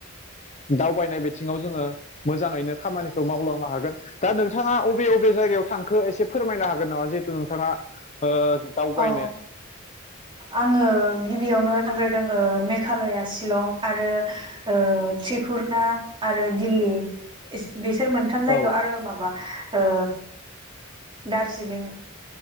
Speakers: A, on the left (about 35°); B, on the right (about 25°).
A: दावबायनाय बिथिङाव जोङो मोजाङैनो खामानिखौ मावलांनो हागोन दा नोंथाङा अबे अबे जायगायाव थांखो एसे फोरमायनो हागोन नामा जिहेथु नोंथाङा ओ दावबायनो
B: ओ आङो गिबियावनो थांग्रोदों मेघालया शिलं आरो ओ त्रिपुरा आरो दिल्ली बिस-बिसोर मोनथाम जायगायाव
A: औ
B: आरो माबा ओ दार्जिलिं